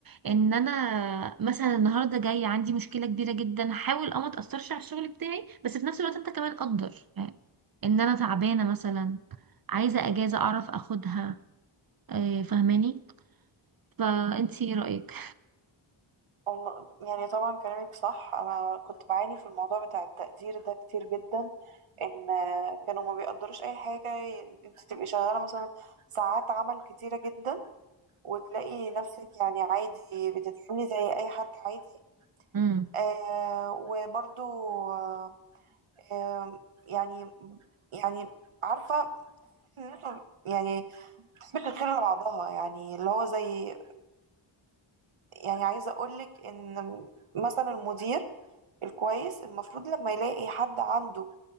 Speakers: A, on the right; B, on the right.
A: ان انا مثلا النهاردة جاي عندي مشكلة كبيرة جدا حاول اه ما تأثرش على الشغل بتاعي بس في نفس الوقت انت كمان قدر آه، ان انا تعبانة مثلا عايزة اجازة اعرف اخدها آه، فاهماني فانتي ايه رأيك
B: والله يعني طبعا كلامك صح انا كنت بعاني في الموضوع بتاع التقدير ده كتير جدا ان آه، كانوا ما بيقدروش اي حاجة انت تبقي شغالة مثلا ساعات عمل كتيرة جدا وتلاقي نفسك يعني عادي بتتعاملي زي اي حد عادي
A: امم
B: آه وبرضو آه آه يعني يعني عارفة إن انتوا يعني بتحبش الخير لبعضها يعني اللي هو زي يعني عايزة أقولك إن مثلا المدير الكويس المفروض لما يلاقي حد عنده